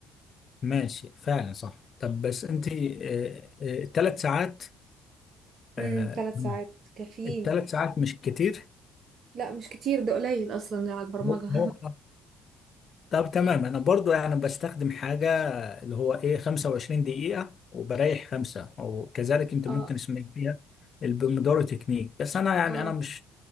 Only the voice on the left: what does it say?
ماشي فعلا صح طب بس انت الثلاث ساعات
آه،
الثلاث ساعات مش كتير
هو هو- طب تمام انا برضو يعني بستخدم حاجه اللي هو ايه 25 دقيقة وبريح خمسة وكذلك انت
ممكن اسمي فيها البومودورو تكنيك بس انا يعني
انا مش